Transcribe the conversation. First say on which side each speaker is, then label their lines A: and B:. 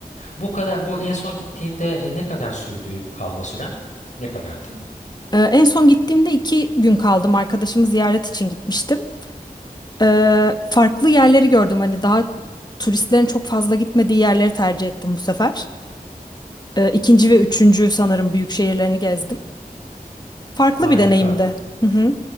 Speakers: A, on the left (about 55°); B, on the left (about 25°).
A: Bu kadar bu en son gittiğinde e, ne kadar sürdü kalma süren? Ne kadardı?
B: Ee, en son gittiğimde iki gün kaldım. Arkadaşımı ziyaret için gitmiştim. Ee, farklı yerleri gördüm. Hani daha turistlerin çok fazla gitmediği yerleri tercih ettim bu sefer. Ee, ikinci ve üçüncü sanırım büyük şehirlerini gezdim. Farklı
A: Harika.
B: bir deneyimdi. Hı hı.